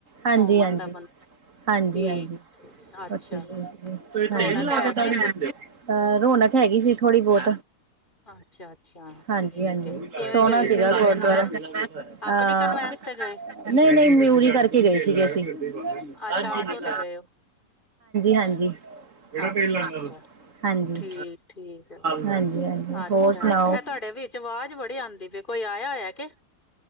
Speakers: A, on the right; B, on the left.
A: ਹਾਂਜੀ
B: ਘੁੰਮਣ
A: ਹਾਂਜੀ
B: ਦਾ ਬੰਦਾ ਠੀਕ
A: ਹਾਂਜੀ ਹਾਂਜੀ
B: ਅੱਛਾ
A: ਉੱਥੇ ਗਏ ਸੀਗੇ ਹਾਂਜੀ
B: ਰੌਣਕ ਹੈ ਸੀ।
A: ਅਹ ਰੌਣਕ ਹੈਗੀ ਸੀ ਥੋੜ੍ਹੀ ਬਹੁਤ
B: ਅੱਛਾ ਅੱਛਾ
A: ਹਾਂਜੀ-ਹਾਂਜੀ,
B: ਠੀਕ ਹੈ ਕਿਵੇਂ
A: ਸੋਹਣਾ
B: ਗਏ ਸੀ
A: ਸੀਗਾ ਗੁਰਦੁਆਰਾ
B: ਕਨਵੈਂਸ ਆਪਣੇ
A: ਅਹ
B: ਕਨਵੈਂਸ ਤੇ ਗਏ
A: ਨਹੀਂ-ਨਹੀਂ ਮਿਊਰੀ ਕਰਕੇ ਗਏ ਸੀਗੇ ਅਸੀਂ,
B: ਅੱਛਾ
A: ਹਾਂਜੀ
B: ਆਟੋ ਤੇ ਗਏ ਹੋ
A: ਹਾਂਜੀ ਕਿਹੜਾ
B: ਅੱਛਾ
A: ਤੇਲ ਲੈਣਾ
B: ਅੱਛਾ
A: ਲੈ ਲਓ। ਹਾਂਜੀ
B: ਠੀਕ ਠੀਕ ਹੈ
A: ਹਾਂਜੀ
B: ਅੱਛਾ
A: ਹੋਰ ਸੁਣਾਓ
B: ਅੱਛਾ ਇਹ ਤੁਹਾਡੇ ਵਿੱਚ ਆਵਾਜ਼ ਬੜੀ ਆਉਂਦੀ ਪਈ ਕੋਈ ਆਇਆ ਹੋਇਆ ਕੇ